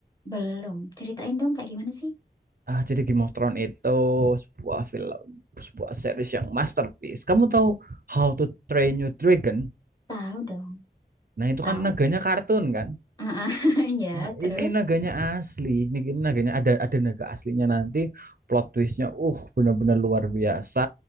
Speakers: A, on the left; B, on the right.
A: Belum. Ceritain dong kayak gimana sih?
B: Ah, jadi Game of Thrones itu sebuah film, sebuah series yang masterpiece. Kamu tahu How to Train Your Dragon?
A: Tahu dong.
B: Nah, itu
A: Tahu.
B: kan naganya kartun kan?
A: Ah, <laughs> ya,
B: Nah,
A: terus?
B: ini naganya asli. Ini ini naganya ada ada naga aslinya nanti plot twistnya uh benar-benar luar biasa,